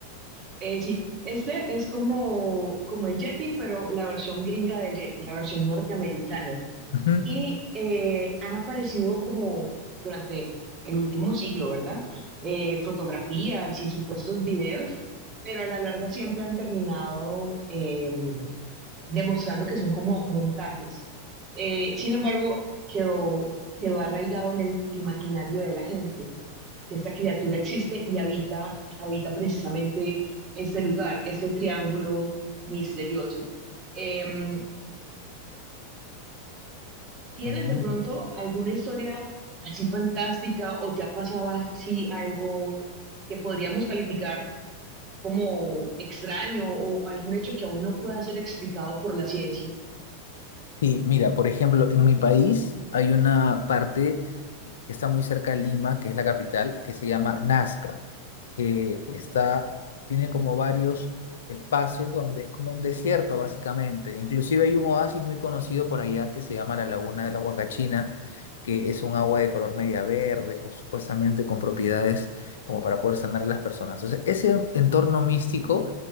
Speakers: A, on the right (about 30°); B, on the left (about 60°).
A: Eh, sí, este es como, como el Yeti, pero la versión gringa del Yeti, la versión norteamericana.
B: Ujú.
A: Y eh, han aparecido como durante el último siglo, ¿verdad? Eh, fotografías y supuestos videos, pero a la larga siempre han terminado em, demostrando que son como montajes. Eh, sin embargo, quedó, quedó arraigado en el imaginario de la gente, que esta criatura existe y habita, habita precisamente este lugar, este triángulo misterioso. Em, ¿tienes
B: Ujú.
A: de pronto alguna historia así fantástica o te ha pasado así algo que podríamos calificar como extraño o algún hecho que aún no pueda ser explicado por la ciencia?
B: Sí, mira, por ejemplo, en mi país hay una parte que está muy cerca de Lima, que es la capital, que se llama Nazca que está, tiene como varios espacios donde es como un desierto básicamente. Inclusive hay un oasis muy conocido por allá que se llama la Laguna de la Huacachina, que es un agua de color media verde, con, supuestamente con propiedades como para poder sanar a las personas. Entonces, ese entorno místico